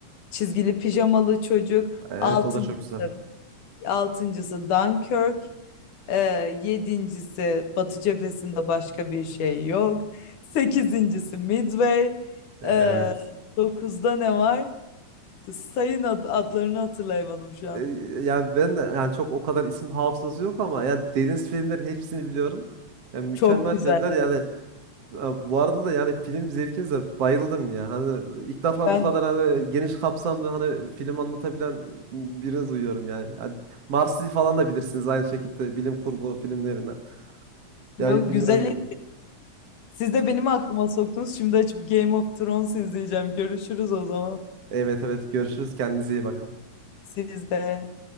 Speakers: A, on the left; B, on the right.
A: Çizgili Pijamalı Çocuk.
B: Evet
A: Altıncısı,
B: o da çok güzel.
A: altıncısı Dunkirk. Ee, yedincisi Batı cephesinde başka bir şey yok. Sekizincisi Midway.
B: E-
A: Ee,
B: Evet.
A: dokuzda ne var? Sayın ad- adlarını hatırlayamadım şu an.
B: E, Yani ben de yani çok o kadar isim hafızası yok ama yani dediğiniz filmlerin hepsini biliyorum. Yani mükemmel
A: Çok güzel.
B: filmler yani e, bu arada da yani film zevkinize bayıldım ya. Hani ilk defa
A: Ben
B: bu kadar hani geniş kapsamlı hani film anlatabilen birini duyuyorum yani. Yani Marsi falan da bilirsiniz aynı şekilde bilim kurgu filmlerinden.
A: Yo,
B: Yani bilmiyorum.
A: güzel.
B: biz-
A: Siz de benim aklıma soktunuz. Şimdi açıp Game of Thrones izleyeceğim. Görüşürüz o zaman.
B: Evet evet görüşürüz kendinize iyi bakın.
A: Siz de.